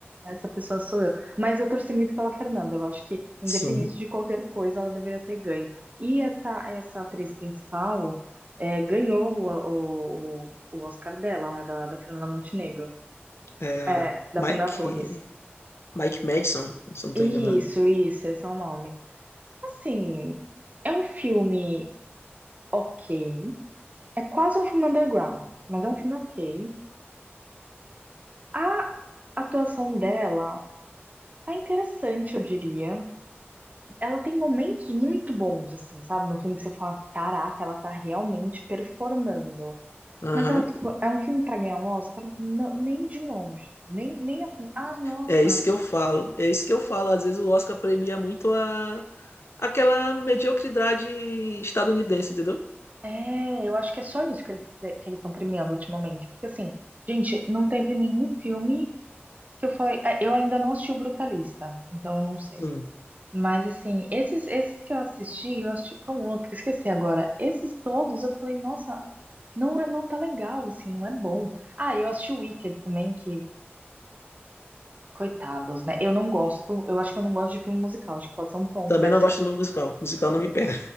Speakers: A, on the right; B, on the left.
A: essa pessoa sou eu. Mas eu torci muito pela Fernanda. Eu acho que, independente
B: sim.
A: de qualquer coisa, ela deveria ter ganho. E essa, essa atriz principal é, ganhou o, o, o Oscar dela, né? Da, da Fernanda Montenegro.
B: É a
A: É, da
B: Mike.
A: Fernanda Torres.
B: Mike Madison, se eu não
A: Isso,
B: tô enganado.
A: isso, esse é o nome. Assim, é um filme ok. É quase um filme underground, mas é um filme ok. A atuação dela tá interessante, eu diria. Ela tem momentos muito bons, assim, sabe? No filme que você fala, caraca, ela tá realmente performando.
B: Aham.
A: Mas é, um, é um filme pra ganhar um Oscar? Não, nem de longe. Nem, nem assim, ah, nossa,
B: É isso que eu falo. É isso que eu falo. Às vezes o Oscar premia muito a aquela mediocridade estadunidense, entendeu?
A: é, eu acho que é só isso que eles que eles estão premiando ultimamente. Porque assim, gente, não teve nenhum filme que eu falei. é, Eu ainda não assisti o Brutalista, então eu não sei.
B: Sim.
A: Mas assim, esses, esses que eu assisti, eu assisti com outro, esqueci agora. Esses todos eu falei, nossa, não é, não tá legal, assim, não é bom. Ah, eu assisti o Wicked também, que coitados, né? Eu não gosto, eu acho que eu não gosto de filme musical, acho que pode ser um ponto,
B: Também
A: mas
B: não gosto de musical. Musical não me pega.